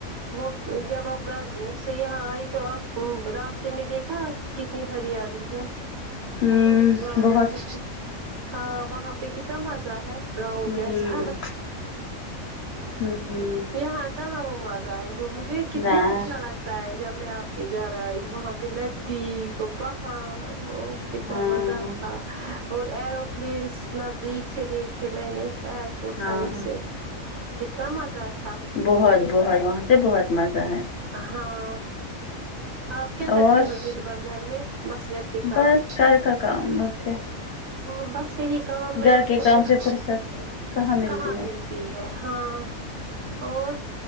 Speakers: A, on the right; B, on the left.
A: وہ جب آپ گھر سے یہاں آئی تو آپ راستے میں دیکھا آپ کتنی ہریالی ہے
B: ہوں
A: گاڑی
B: بہت
A: میں کت ہاں وہاں پہ کتنا مزہ ہے گاؤں
B: ہوں
A: جیسا
B: ہوں
A: یہاں کہاں وہ مزہ ہے جو مجھے کتنا
B: میں
A: اچھا لگ تا ہے جب میں آپ کے گھر آئی وہاں پہ ندی وہ پہاڑ ہو کت کیا
B: ہاں
A: مزہ تھا اور ایروپلینس نزدیک سے دیکھے میں نے ایر پوٹ سائڈ
B: ہاں
A: سے کتنا مزہ تھا
B: بہت بہت وہاں سے بہت مزہ ہے
A: ہاں آپ کیا کرتی
B: اور
A: ہو دن بھر گھر میں بس گھر کے کام
B: بس گھر کا کام اور کیا
A: ہاں بس یہی کام میں
B: گھر
A: بھی
B: کے
A: کر
B: کام
A: رہی
B: سے فرصت ملتی
A: کہاں
B: ہے
A: مل تی ہے ہاں اور